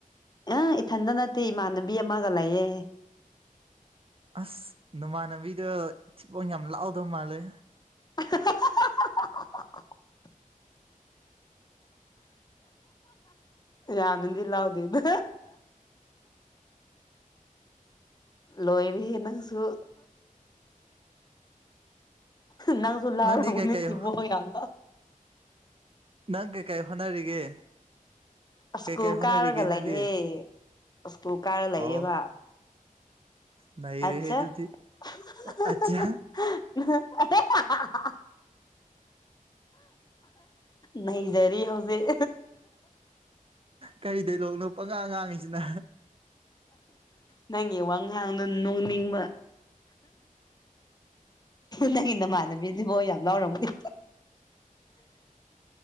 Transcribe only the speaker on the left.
ꯑ ꯏꯊꯟꯇ ꯅꯠꯇꯦ ꯏꯃꯥꯟꯅꯕꯤ ꯑꯃꯒ ꯂꯩꯌꯦ
<unintelligible> ꯌꯦꯝꯅꯗꯤ ꯂꯥꯎꯗꯦꯗ ꯂꯣꯏꯔꯦ ꯍꯦꯅꯪꯁꯨ ꯅꯪꯁꯨ ꯂꯥꯎꯔꯝ
ꯒꯅꯤ ꯊꯤꯕꯣꯡ ꯌꯥꯝꯅ
ꯑꯁꯀꯨꯜ
ꯀꯥꯔꯒ
ꯂꯩꯌꯦ ꯑꯁꯀꯨꯜ ꯀꯥꯔ ꯂꯩꯌꯦꯕ
ꯑꯆꯥ
<unintelligible>
ꯅꯩꯖꯔꯤ ꯍꯧꯖꯤꯛ
ꯅꯪꯒꯤ ꯋꯥ ꯉꯥꯡꯅ ꯅꯣꯛꯅꯤꯡꯕ ꯅꯪꯒꯤ ꯅꯃꯥꯟꯅꯕ ꯕꯤꯗꯤꯕꯣ ꯌꯥꯝ ꯂꯥꯎꯔꯝꯒꯅꯤ